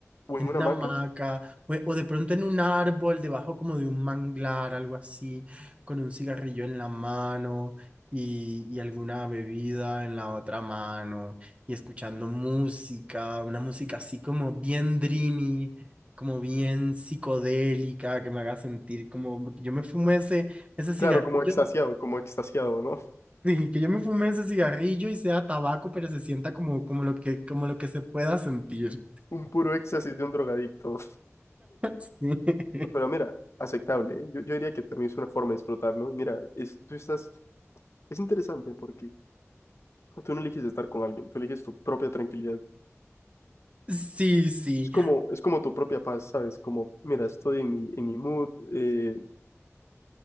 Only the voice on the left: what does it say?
o
en una
hamaca,
claro, como extasiado, como extasiado, ¿no?
Un puro éxtasis de un drogadicto.
Pero mira, aceptable, ¿eh? Yo, yo diría que también es una forma de explotar, ¿no? Mira, es, tú estás, es interesante porque tú no eliges estar con alguien, tú eliges tu propia tranquilidad.
Es como, es como tu propia paz, ¿sabes? Como, mira, estoy en mi, en mi mood, eh,